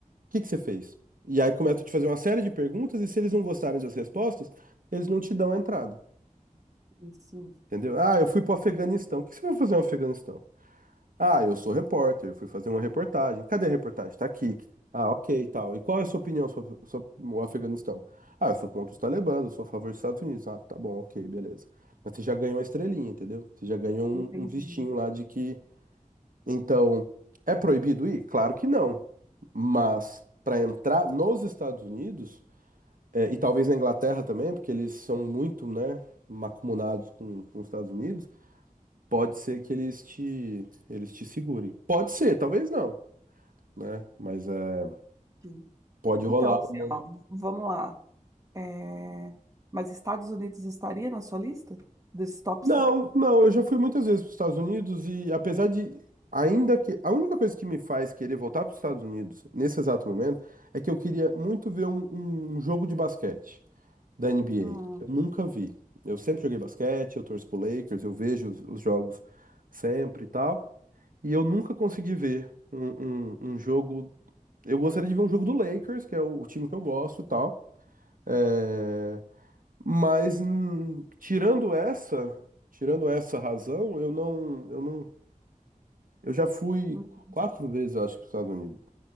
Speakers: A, on the right; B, on the right.
A: que que você fez? E aí começa a te fazer uma série de perguntas, e se eles não gostarem das respostas, eles não te dão a entrada.
B: Unidos. Isso,
A: Entendeu? Ah, eu fui pro Afeganistão. O que você vai fazer no Afeganistão? Ah, eu sou repórter, eu fui fazer uma reportagem. Cadê a reportagem? Tá aqui. Ah, ok, e tal. E qual é a sua opinião sobre, sobre o Afeganistão? Ah, eu sou contra os talibãs, eu sou a favor dos Estados Unidos. Ah, tá bom, ok, beleza. Mas você já ganhou uma estrelinha, entendeu? Você já ganhou um,
B: entendi.
A: um vistinho lá de que Então, é proibido ir? Claro que não. Mas para entrar nos Estados Unidos, é, e talvez na Inglaterra também, porque eles são muito, né, macumunados com, com os Estados Unidos, pode ser que eles te, eles te segurem. Pode ser, talvez não, né? Mas é,
B: entendi.
A: pode
B: Então,
A: rolar
B: assim,
A: uma-
B: ó, vamos lá. É, Mas Estados Unidos estaria na sua lista desses top
A: Não,
B: 5?
A: não, eu já fui muitas vezes para os Estados Unidos e apesar de. Ainda que a única coisa que me faz querer voltar para os Estados Unidos nesse exato momento é que eu queria muito ver um um um jogo de basquete. da NBA.
B: Ah,
A: Eu nunca vi. Eu sempre joguei basquete, eu torço pro Lakers, eu vejo os, os jogos sempre e tal. E eu nunca consegui ver um, um- um jogo. Eu gostaria de ver um jogo do Lakers, que é o, o time que eu gosto e tal. É, Mas hum, tirando essa, tirando essa razão, eu não, eu não, eu já fui
B: entendi.
A: quatro vezes, eu acho, para os Estados Unidos.